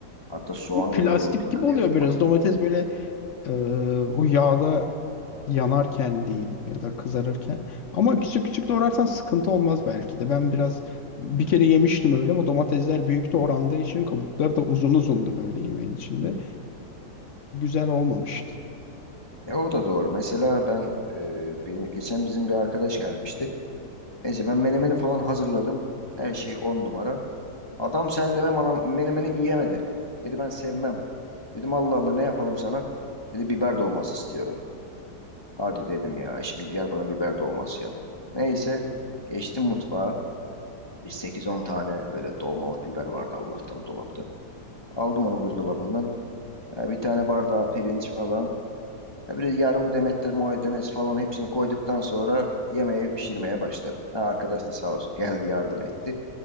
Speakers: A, on the left; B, on the left.
A: Hatta soğanı
B: Bu plastik
A: böyle yumrukla
B: gibi
A: kırıyorduk
B: oluyor biraz.
A: masada.
B: Domates böyle Ee, o yağda yanarken diyeyim ya da kızarırken. Ama küçük küçük doğrarsan sıkıntı olmaz belki de. Ben biraz bir kere yemiştim öyle ama domatesler büyük doğrandığı için kabukları da uzun uzundu böyle yemeğin içinde. Güzel olmamıştı.
A: Ya o da doğru. Mesela ben e, benim, geçen bizim bir arkadaş gelmişti. Neyse ben menemeni falan hazırladım. Her şey on numara. Adam sen deme bana menemeni yiyemedi. Dedi ben sevmem. Dedim Allah Allah ne yapalım sana? Dedi biber dolması istiyorum. Hadi dedim ya şimdi gel bana biber dolması yap. Neyse geçtim mutfağa. Bir sekiz on tane böyle dolmalık biber vardı Allah'tan dolapta. Aldım onu buzdolabından. E, bir tane bardağı pirinç falan. E, bir yarım demet de maydanoz falan hepsini koyduktan sonra yemeği pişirmeye başladım. Ha, arkadaş da sağ olsun geldi yardım etti.